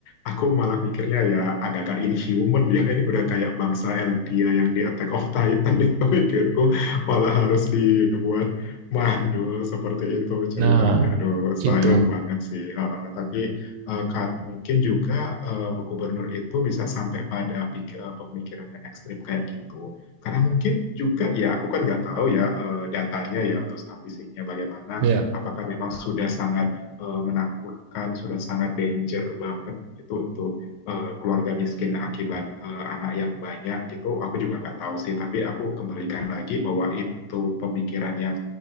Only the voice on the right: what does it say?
Nah,
itu.
Ya,